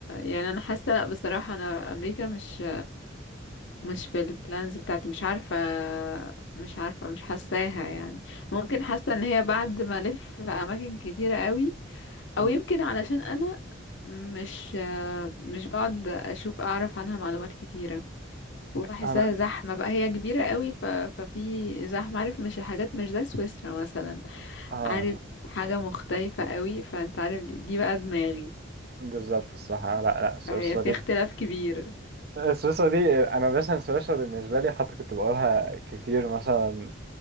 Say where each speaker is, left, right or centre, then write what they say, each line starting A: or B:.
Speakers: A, on the left; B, on the right.
A: يعني انا حاسه لا بصراحه انا امريكا مش مش في البلانز بتاعتي مش عارفه مش عارفه مش حاساها يعني ممكن حاسه ان هي بعد ما الف في اماكن كتيره قوي او
B: أمم.
A: يمكن علشان انا مش مش بقعد اشوف اعرف عنها معلومات كتيره وبحسها
B: انا
A: زحمة بقى هي كبيرة قوي ف... ففي زحمة عارف مش حاجات مش زي سويسرا مثلا
B: اه
A: عارف حاجة مختلفة قوي فانت عارف دي, دي بقى دماغي
B: بالظبط الصح آه، لا لا سويسرا
A: فهي في
B: دي
A: اختلاف كبير
B: سويسرا دي انا مثلا سويسرا بالنسبه لي حتى كنت بقولها كتير مثلا